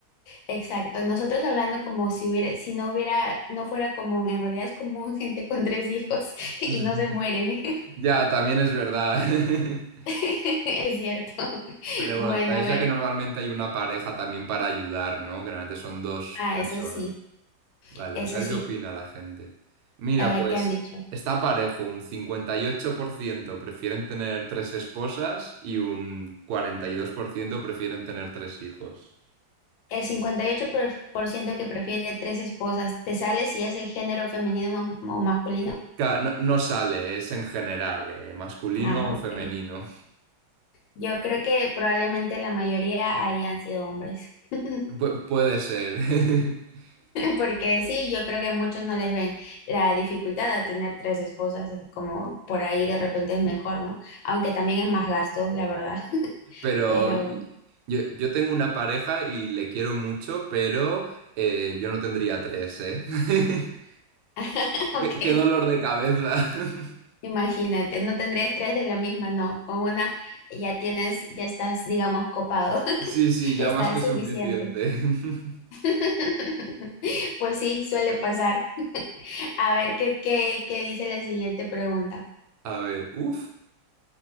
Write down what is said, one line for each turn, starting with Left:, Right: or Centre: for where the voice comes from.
Left: exacto. Nosotros hablando como si hubiera, si no hubiera, no fuera común, en realidad es común gente con tres hijos <laughs> y
Right: <laughs>
Left: no se mueren.
Right: Ya, también es verdad. <laughs>
Left: <laughs> Es cierto.
Right: Pero
Left: Bueno,
Right: bueno, también
Left: a ver.
Right: ya que normalmente hay una pareja también para ayudar, ¿no? Que normalmente son dos
Left: Ah,
Right: personas.
Left: eso sí,
Right: Vale,
Left: eso
Right: pues a ver
Left: sí.
Right: qué opina la gente. Mira,
Left: A ver,
Right: pues
Left: ¿qué han dicho?
Right: está parejo, un 58% prefieren tener tres esposas y un 42% prefieren tener tres hijos.
Left: El cincuenta y ocho por por ciento que prefiere tres esposas, ¿te sale si es el género femenino ma- o masculino?
Right: Ca- No, no sale, es en general, eh, masculino
Left: Ah,
Right: o femenino.
Left: ok. Yo creo que probablemente la mayoría ahí han sido hombres. <laughs>
Right: Pu- puede ser, <laughs>
Left: Porque sí, yo creo que muchos no les ven la dificultad de tener tres esposas, es como por ahí de repente es mejor, ¿no? Aunque también es más gasto, la verdad. <laughs>
Right: pero
Left: Pero,
Right: Bueno. yo, yo tengo una pareja y le quiero mucho, pero eh, yo no tendría tres, ¿eh? <laughs>
Left: <laughs>
Right: Qué,
Left: ok.
Right: qué dolor de cabeza. <laughs>
Left: Imagínate, no tendrías tres de la misma, no. Con una ya tienes, ya estás, digamos, copado. <laughs>
Right: Sí, sí, ya
Left: Está
Right: más que
Left: suficiente.
Right: suficiente. <laughs>
Left: <laughs> Pues sí, suele pasar. <laughs> A ver qué, qué, qué dice la siguiente pregunta.
Right: A ver, uff,